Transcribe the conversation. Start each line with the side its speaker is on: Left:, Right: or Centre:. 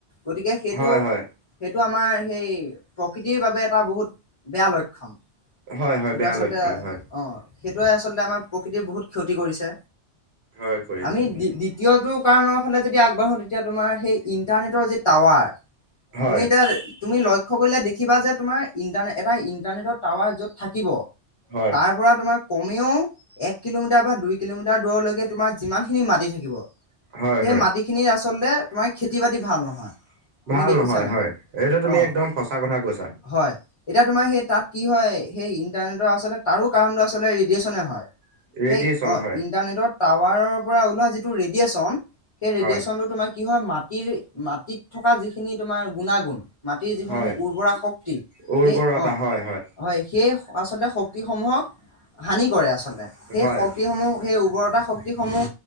Left: গতিকে সেইটো
Right: হয় হয়
Left: টো আমাৰ সেই প্ৰকৃতিৰ বাবে এটা বহুত বেয়া লক্ষণ
Right: হয় হয়
Left: সেইটো
Right: বেয়া
Left: আচলতে
Right: লক্ষণ হয়
Left: অ' সেইটোৱে আচলতে আমাৰ প্ৰকৃতিয় বহুত ক্ষতি কৰিছে
Right: হয় কৰিছে
Left: আমি দ্বিতীয়টো কাৰণৰ ফালে যদি আগবাঢ়ো <unintelligible> লক্ষ্য
Right: হয়
Left: কৰিলে দেখিবা যে তোমাৰ ইণ্টাৰনে এটা ইন্টাৰনেটৰ টাৱাৰ য'ত থাকিব
Right: হয়
Left: তাৰ পৰা তোমাৰ কমেও এক কিলোমিটাৰ বা দুই কিলোমিটাৰ দূৰলৈকে তোমাৰ যিমানখিনি মাটি থাকিব
Right: হয়
Left: সেই
Right: হয়
Left: মাটিখিনিৰ আচলতে তোমাৰ খেতি বাতি ভাল নহয় তুমি
Right: ভাল
Left: দেখিছা
Right: নহয়
Left: নাই
Right: হয় এইটো তুমি
Left: অ
Right: একদম সঁচা কথা কৈছা
Left: হয় এতিয়া তোমাৰ সেই তাত কি হয় সেই ইন্টাৰনেটৰ আচলতে তাৰো কাৰণটো আল ৰেডিয়েচনে হয়
Right: ৰেডিয়েচন
Left: সেই অ
Right: হয়
Left: ইণ্টাৰনেটৰ টাৱাৰৰ পৰা ওলোৱা যিটো ৰেডিয়েচন সেই ৰেডিয়েচনটো
Right: হয়
Left: তোমাৰ কি হয় মাটিৰ মাটিত থকা যিখিনি তোমাৰ গুণাগুণ মাটিৰ যিসমূহ
Right: হয়
Left: উৰ্বৰা শক্তি
Right: উৰ্বৰতা
Left: সেই অঁ
Right: হয়
Left: হয় সেই আচলতে শক্তিসমূহক হানি কৰে আচলতে সেই
Right: হয়
Left: শক্তিসমূহ সেই উৰ্বৰতা শক্তিসমূহ